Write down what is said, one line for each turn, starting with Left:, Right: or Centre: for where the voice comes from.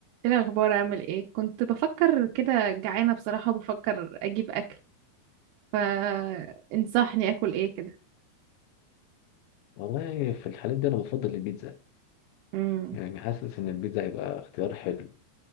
Right: ايه الاخبار اعمل ايه كنت بفكر كده جعانه بصراحه وبفكر اجيب اكل فانصحني اكل ايه كده
Left: والله في الحالات دي انا بفضل البيتزا
Right: امم
Left: يعني حاسس ان البيتزا هيبقى اختيار حلو